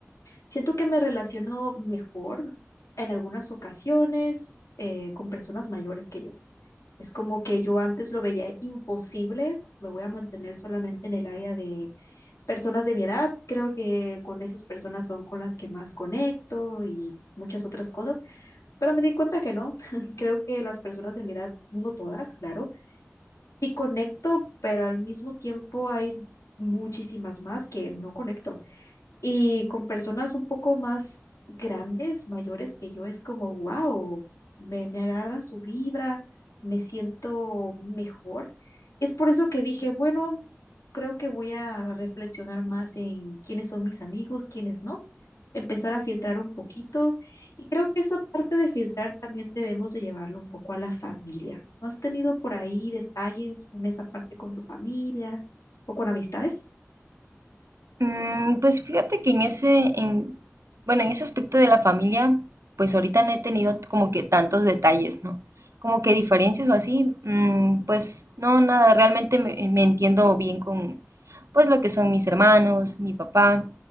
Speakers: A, on the left (about 80°); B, on the right (about 70°).
A: Siento que me relaciono mejor en algunas ocasiones eh, con personas mayores que yo. Es como que yo antes lo veía imposible, me voy a mantener solamente en el área de personas de mi edad. Creo que con esas personas son con las que más conecto y muchas otras cosas, pero me di cuenta que no. <laughs> Creo que las personas de mi edad, no todas, claro, sí conecto, pero al mismo tiempo hay muchísimas más que no conecto. Y con personas un poco más grandes, mayores que yo, es como, wow, me, me agrada su vibra, me siento mejor. Es por eso que dije, bueno, creo que voy a reflexionar más en quiénes son mis amigos, quiénes no, empezar a filtrar un poquito. Y creo que esa parte de filtrar también debemos de llevarlo un poco a la familia. ¿No has tenido por ahí detalles en esa parte con tu familia o con amistades?
B: Mm, pues fíjate que en ese, en, bueno, en ese aspecto de la familia, pues ahorita no he tenido como que tantos detalles, ¿no? Como que diferencias o así, mm, pues no, nada, realmente me, me entiendo bien con, pues lo que son mis hermanos, mi papá,